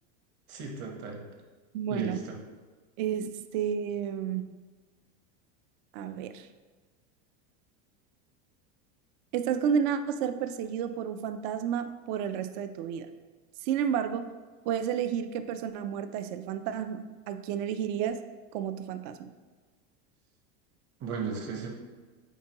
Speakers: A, on the right (about 35°); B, on the right (about 55°).
A: Sí, total.
B: Bueno,
A: Listo.
B: este, mm, a ver, estás condenado a ser perseguido por un fantasma por el resto de tu vida. Sin embargo, puedes elegir qué persona muerta es el fantasma. ¿A quién elegirías como tu fantasma?
A: Bueno, es que ese